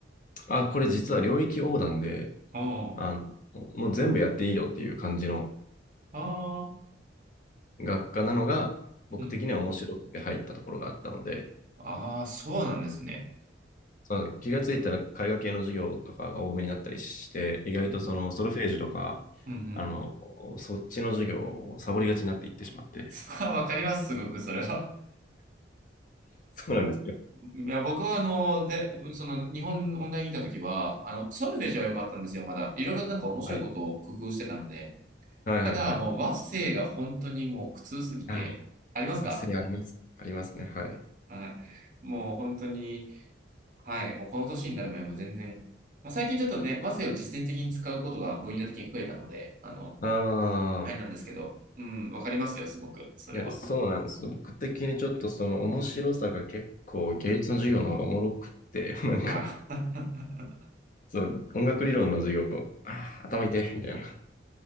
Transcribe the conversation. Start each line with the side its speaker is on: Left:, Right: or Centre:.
Left: あ、これ実は領域横断で、
Right: あ
Left: あの、もう全部やっていいよっていう感じの
Right: あ、ああ、
Left: 学科なのが、僕的には面白くて入ったところがあったので、
Right: うんうん。ああ、そうなんですね。
Left: そうなんです気がついたら絵画系の授業とかが多めになったりして、意外とそのソルフェージュとか、
Right: うん、うん、うん。
Left: あの、そっちの授業をサボりがちになっていってしまって。
Right: <laughs> さあ、わかります、すごく、それは。
Left: <laughs> そうなんですよ。
Right: いや、僕はあの、で、その、日本オンラインにいたときは、あの、ソルフージは良かったんですよ、まだ。いろいろなんか面白いことを工夫してたので。
Left: はい。はいはいはい。
Right: ただ、もう和声が本当にもう苦痛すぎて、
Left: はい。
Right: ありますか
Left: 忘れあります。ありますね。はい。
Right: はい。もう本当に、はい、もうこの年になる前も全然、まあ、最近ちょっとね、和声を実践的に使うことが分野的に増えたので、あの、
Left: ああ、
Right: あれなんですけど、うん、わかりますよ、すごく、それは。
Left: いや、そうなんですよ。僕的にちょっとその面白さが結構芸術の授業の方がおもろくって、<laughs> なんか、
Right: はい。
Left: そう、音楽理論の授業、あー頭痛いみたいな。